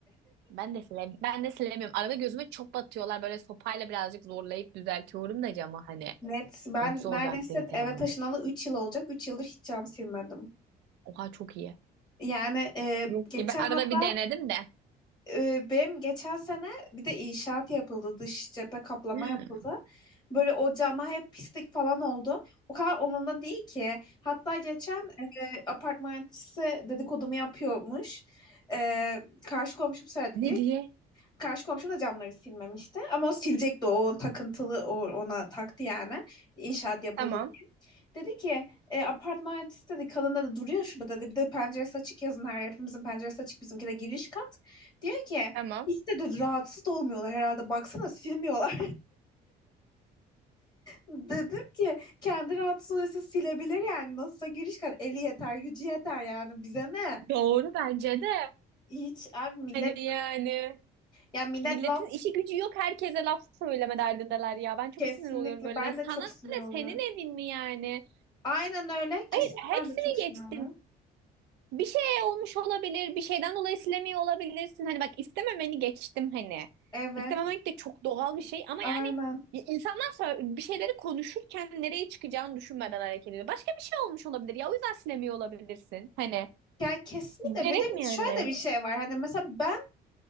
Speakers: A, on the right; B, on the left.
A: Ben de silemiyorum. Ben de silemiyorum. Arada gözüme çok batıyorlar böyle sopayla birazcık zorlayıp düzeltiyorum da camı hani.
B: Net. Ben
A: Çok zor
B: neredeyse
A: bir aktivite
B: eve
A: ya.
B: taşınalı 3 yıl olacak. üç yıldır hiç cam silmedim.
A: Oha çok iyi.
B: Yani e,
A: Yok
B: geçen
A: ki ben arada
B: hatta
A: bir denedim de.
B: e, benim geçen sene bir de inşaat yapıldı. Dış cephe kaplama
A: <gasps>
B: yapıldı. Böyle o cama hep pislik falan oldu. O kadar umurumda değil ki. Hatta geçen e, apartmançısı dedikodumu yapıyormuş. E, karşı komşum söyledi
A: Ne
B: diye
A: diye?
B: ki karşı komşum da camları silmemişti. Ama o silecekti. O takıntılı o, ona taktı yani. İnşaat yapıldı
A: Tamam,
B: Dedi ki e, apartman yöneticisi dedi kalında da duruyor şurada dedi. Bir de penceresi açık yazın her yer. hepimizin penceresi açık bizimki de giriş kat. Diyor ki
A: tamam.
B: hiç dedi rahatsız olmuyorlar herhalde baksana silmiyorlar. <laughs> Dedim ki kendi rahatsız oluyorsa silebilir yani nasılsa giriş kat eli yeter gücü yeter yani bize ne?
A: Doğru bence de.
B: Hiç abi millet
A: Hani yani
B: yani millet
A: milletin
B: laf
A: işi gücü yok herkese laf söyleme derdindeler ya. Ben çok
B: kesinlikle
A: sinir oluyorum böyle.
B: ben
A: Sana
B: de çok
A: ne
B: sinir oluyorum.
A: senin evin mi yani?
B: Aynen öyle kesinlikle
A: Hayır, hepsini
B: ben de çok sinir
A: geçtim.
B: oluyorum.
A: Bir şey olmuş olabilir, bir şeyden dolayı silemiyor olabilirsin. Hani bak istememeni geçtim hani.
B: Evet
A: İstememek de çok doğal bir şey ama
B: aynen.
A: yani insanlar sonra bir şeyleri konuşurken nereye çıkacağını düşünmeden hareket ediyor. Başka bir şey olmuş olabilir ya o yüzden silemiyor olabilirsin. Hani
B: Ya kesinlikle
A: gerek
B: bir de biz
A: mi yani?
B: şöyle de bir şey var. Hani mesela ben